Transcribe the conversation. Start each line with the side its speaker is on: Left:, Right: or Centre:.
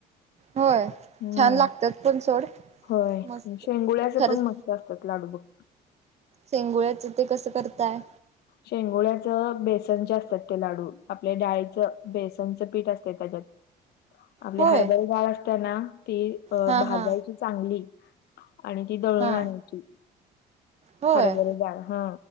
Right: होय
Left: हम्म!
Right: छान लागतात पण सोड
Left: होय,
Right: मस्त
Left: शेंगुळ्याचं
Right: खरंच
Left: पण म स्त असतात लाडू बघं.
Right: शेंगुळ्याचं ते कसं करताय.
Left: शेंगोळ्याचं, बेसनचे असतात ते लाडू. आपल्या डाळीचं बेसनचं पीठ असते त्याच्यात आपली
Right: होय
Left: हरभरा डाळ असताना ती अ
Right: हा
Left: भाजायची
Right: हा
Left: चांगली. आणि ती दळून
Right: हा
Left: आणायची.
Right: होय
Left: हरभरा डाळ. हा.